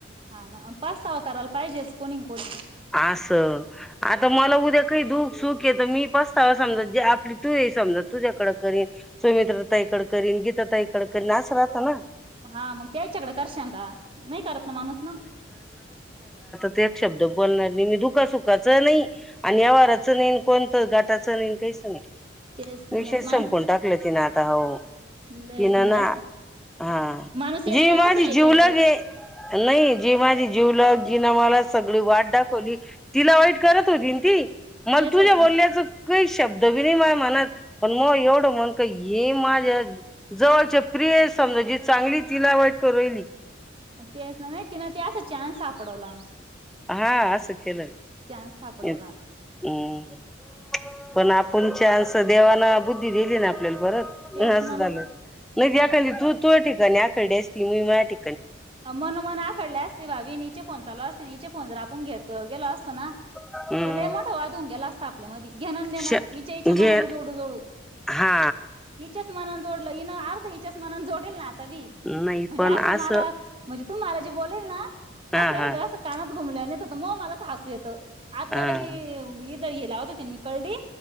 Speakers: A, on the right; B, in the centre.
A: हा ना अ पाच सहा करायला पाहिजेच कोणी कोणी
B: आसं आता मला उद्या काही दु चुक ये त मी पसतावा समज जे आपली तू ये समजा तुझ्याकड करीन सुमित्रतााईकड करीन गीतातााईकड करीन असं राहत ना.
A: हा मग त्या याच्याकडे करशां का नाही करत ना माणूस ना
B: तेच शब्द बोलणार नाही मी दुख सुुखाचं नाही आणि आवाराचं नाही कोणतं घाटाचं नाहीन काहीच नाही.
A: तेच ना
B: विशेष
A: मग माणस
B: संपून टाकलं तिन आता हो
A: लय
B: तिनं
A: म्हणजे
B: ना
A: असं
B: हा
A: माणूस
B: जी
A: एकदा
B: माझी
A: असं हे
B: जीवलागे
A: करत
B: नाही जी माझी जीवलग जी ना मला सगळी वाट दाखवली तिला वाईट करत होतीन ती मग
A: तेच
B: तुझ्या
A: होत
B: बोलल्याचं काहीस शब्द बी नाय माया मनात पण, माय एवढं मन काय हे माझ्या जवळच्या प्रिय समजा जी चांगली तिला वट करायली
A: ते नाही तिनं त्या अस चान्स सापडवला
B: हा असं केलं
A: चान्स सापडवला
B: अंम्म <inaudible> पण आपण चान्स देवाांन बुद्धी दिली ना आपल्याला परत
A: तेच
B: जर अस
A: ना
B: झाल
A: मग
B: नइतर तु
A: हा
B: एखादी तुरटी गण्याकडे सिमे मराठी
A: हा मनोमन आखडले असतिल हा विनिचे फोन चालु असतिल अन इचे फोन जर आपण पुंग्यात त गेला असताना
B: हम्म
A: त लै मोठा वाद होऊन गेला अस तापल्यामधी घेण न देण
B: श
A: इच्या इच्या मनान
B: गे
A: जोडू जोडु
B: हा
A: इच्याच मनान जोडू म्हणल अर्ध हीन इच्याच मनान जोडेल आता बी
B: नाही
A: म्हणजे
B: पण
A: आस
B: असं
A: मला मि तुम्हांला जे बोलेल ना
B: हा
A: असं
B: हा
A: एखाद अस कानात घुमल्या नय तर मोह मलाच हसु येत आ
B: हा
A: तलगी इत त हे लावत होती मी कलडी